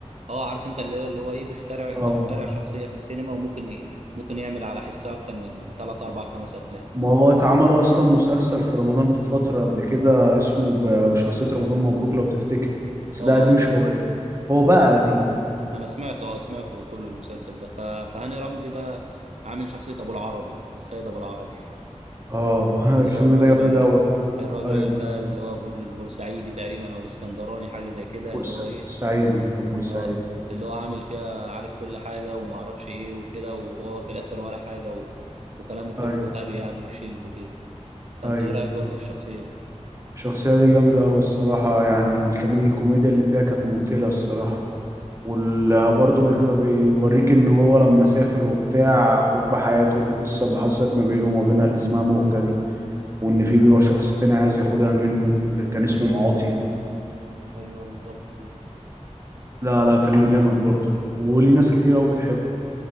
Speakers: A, on the right (about 65°); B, on the right (about 25°).
A: آه، عارف انت اللي هو اللي هو ايه بيخترع بيخترع
B: اه
A: شخصيه في السينما وممكن ي- ممكن يعمل على حسها اكتر من 3 4 5 افلام
B: ما هو اتعمل اصلا مسلسل في رمضان في فتره قبل كده اسمه ب- بشخصيه رمضان مبروك لو تفتكر بس
A: اه
B: ده
A: اه
B: قديم شويه هو بقى
A: اه
B: قديم
A: انا سمعته اه سمعته كل المسلسل ده ف... فهاني رمزي بقى عامل شخصيه ابو العربي السيد ابو العربي
B: اه <laughs>
A: اللي
B: الفيلم
A: هو الراجل
B: ده جامد
A: ال...
B: قوي
A: الراجل
B: ايوه
A: اللي بقى اللي هو بور- البورسعيدي تقريبا او الاسكندراني حاجه زي كده
B: بورسا
A: اللي هو ايه
B: بورسعيدي كان بورسعيدي
A: اه اللي هو عامل فيها عارف كل حاجه وما اعرفش ايه وكده وهو في الاخر ولا حاجه و... وكلامه كله
B: ايوه
A: هري يعني وفي شينك وكده فانت
B: ايوه
A: ايه رايك برضه في الشخصيه دي
B: الشخصيه دي جامده قوي الصراحه يعني ال- كمان الكوميديا اللي فيها كانت مقتله الصراحه وبرضه بيوريك ان هو لما سافر وبتاع حب حياته القصه اللي حصلت ما بينه وما بينها اللي اسمها مهجه دي وان في بيبقى
A: مم.
B: شخص تاني عايز ياخدها منه اللي كان اسمه معاطي
A: ايوه بالظبط كده
B: لا لا فيلم جامد برضه وليه ناس كتير قوي بتحبه